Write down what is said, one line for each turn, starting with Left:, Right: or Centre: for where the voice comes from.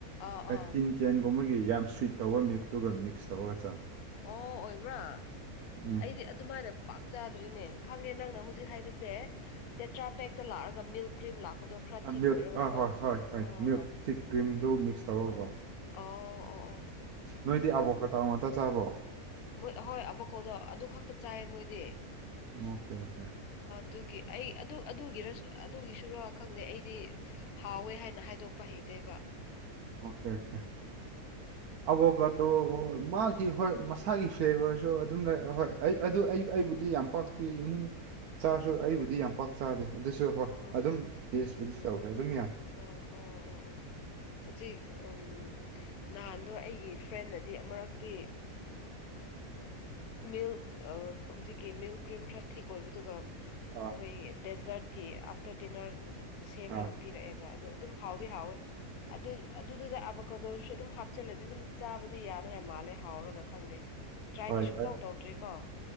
Left: ꯑꯥ ꯑꯥ
Right: ꯇꯤꯟ ꯀꯦꯟꯒꯨꯝꯕꯒꯤ ꯌꯥꯝ ꯁ꯭ꯋꯤꯠ ꯇꯧꯕ ꯃꯛꯇꯨꯒ ꯃꯤꯛꯁ ꯇꯧꯔꯒ ꯆꯥꯏ
Left: ꯑꯣ ꯑꯣꯏꯕ꯭ꯔꯥ
Right: ꯎꯝ
Left: ꯑꯩꯗꯤ ꯑꯗꯨꯃꯥꯏꯅ ꯄꯥꯛ ꯆꯥꯗ꯭ꯔꯤꯅꯦ ꯈꯪꯉꯦ ꯅꯪꯅ ꯍꯧꯖꯤꯛ ꯍꯥꯏꯕꯁꯦ ꯇꯦꯇ꯭ꯔꯥ ꯄꯦꯛꯇ ꯂꯥꯛꯑꯒ ꯃꯤꯜꯛ ꯀ꯭ꯔꯤꯝ ꯂꯥꯛꯄ ꯄꯣꯗꯣ ꯈꯔ ꯊꯤꯛ
Right: ꯃꯤꯜꯛ
Left: ꯑꯣꯏꯔꯒꯀꯣ
Right: ꯑꯥ ꯍꯣꯏ ꯍꯣꯏ ꯍꯣꯏ
Left: ꯑꯥꯍꯥ
Right: ꯃꯤꯜꯛ ꯊꯤꯛ ꯀ꯭ꯔꯤꯝꯗꯨ ꯃꯤꯛꯁ ꯇꯧꯔꯒꯀꯣ
Left: ꯑꯥ ꯑꯣ ꯑꯣ ꯑꯣ <unintelligible> <inaudible>
Right: ꯅꯣꯏꯗꯤ ꯑꯕꯣꯛꯀꯇꯥ ꯉꯥꯛꯇ ꯆꯥꯕ꯭ꯔꯣ
Left: ꯃꯣꯏ ꯑꯍꯣꯏ ꯑꯕꯀꯣꯗꯣ ꯑꯗꯨ ꯈꯛꯇ ꯆꯥꯏꯌꯦ ꯃꯣꯏꯗꯤ
Right: ꯑꯣꯀꯦ ꯑꯣꯀꯦ
Left: ꯑꯗꯨꯒꯤ ꯑꯩ ꯑꯗꯨ ꯑꯗꯨꯒꯤꯔꯁꯨ ꯑꯗꯨꯒꯤꯁꯨꯔ ꯈꯪꯗꯦ ꯑꯩꯗꯤ ꯍꯥꯎꯋꯦ ꯍꯥꯏꯅ ꯍꯥꯏꯗꯣꯛꯄ ꯍꯩꯇꯦ ꯁꯦꯕ
Right: ꯑꯣꯀꯦ ꯑꯣꯀꯦ ꯑꯕ ꯀ ꯑ ꯍꯣꯏ ꯃꯥꯒꯤ ꯍꯣꯏ ꯃꯁꯥꯒꯤ ꯐ꯭ꯂꯦꯕꯔꯁꯨ ꯑꯗꯨꯝ ꯂꯩ ꯍꯣꯏ ꯑꯩ ꯑꯗꯨ ꯑꯩ ꯑꯩꯕꯨꯗꯤ ꯌꯥꯝ ꯄꯥꯛ ꯑꯩ ꯏꯃꯨꯡ ꯆꯥꯁꯨ ꯑꯩꯕꯨꯗꯤ ꯌꯥꯝ ꯄꯥꯛ ꯆꯥꯗꯦ ꯑꯗꯨꯁꯨ ꯍꯣꯏ
Left: ꯑꯣ
Right: ꯑꯗꯨꯝ ꯇꯦꯁꯄꯨꯗꯤ
Left: ꯎꯝ
Right: ꯇꯧꯈ꯭ꯔꯦ ꯑꯗꯨꯝ ꯌꯥꯏ
Left: ꯑꯣ ꯑꯣ ꯑꯣ ꯑꯣ ꯍꯧꯖꯤꯛ ꯎꯝ ꯅꯍꯥꯟꯗꯣ ꯑꯩꯒꯤ ꯐ꯭ꯔꯦꯟꯅꯗꯤ ꯑꯃꯨꯔꯛꯇꯤ ꯃꯤꯜꯛ ꯍꯧꯖꯤꯛꯀꯤ ꯃꯤꯜꯛ ꯀ꯭ꯔꯤꯝ ꯈꯔ ꯊꯤꯛ ꯑꯣꯏꯕꯗꯨꯒ
Right: ꯑꯥ
Left: ꯃꯈꯣꯏꯒꯤ ꯗꯦꯖꯔꯠꯀꯤ ꯑꯥꯐꯇꯔ ꯗꯤꯅꯔ ꯁꯦꯝꯃꯒ
Right: ꯑꯥ
Left: ꯄꯤꯔꯛꯑꯦꯕ ꯑ ꯑꯗꯨꯝ ꯍꯥꯎꯗꯤ ꯍꯥꯎꯋꯦ ꯑꯗꯨ ꯑꯗꯨꯗꯨꯗ ꯑꯕꯀꯗꯣꯁꯨ ꯑꯗꯨꯝ ꯍꯥꯞꯆꯤꯂꯗꯤ ꯑꯗꯨꯝ ꯆꯥꯕꯗꯤ ꯌꯥꯅꯉꯥꯏ ꯃꯥꯜꯂꯦ ꯍꯥꯎꯔꯒ ꯈꯪꯗꯦ ꯇ꯭ꯔꯥꯏꯗꯤ
Right: ꯍꯣꯏ
Left: ꯁꯨꯛꯇꯧ
Right: ꯑ
Left: ꯇꯧꯗ꯭ꯔꯔꯤ ꯀꯣ ꯑ